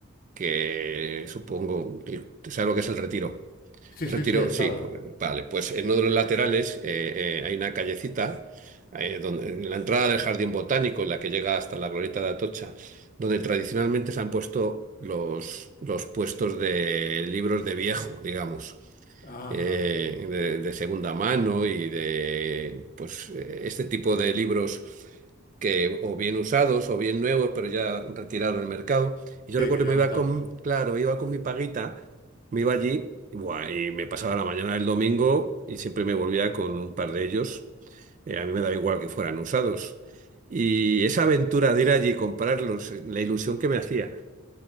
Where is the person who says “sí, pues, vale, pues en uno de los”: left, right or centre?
Right